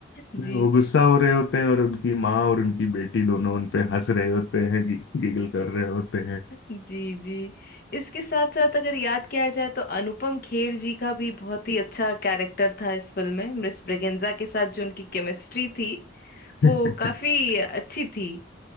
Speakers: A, on the left; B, on the left.
A: जी
B: नहीं, वो गुस्सा हो रहे होते हैं और उनकी माँ और उनकी बेटी दोनों उन पे हंस रहे होते हैं गि, गिगल कर रहे होते हैं
A: जी जी इसके साथ साथ अगर याद किया जाए तो अनुपम खेर जी का भी बहुत ही अच्छा कैरेक्टर था इस फिल्म में मिस ब्रेगेंजा के साथ जो उनकी केमिस्ट्री थी
B: <laughs>
A: वो काफी अच्छी थी